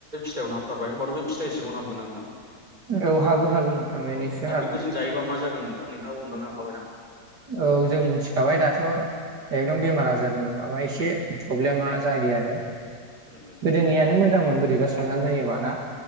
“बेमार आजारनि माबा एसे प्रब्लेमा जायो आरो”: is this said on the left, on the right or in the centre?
Right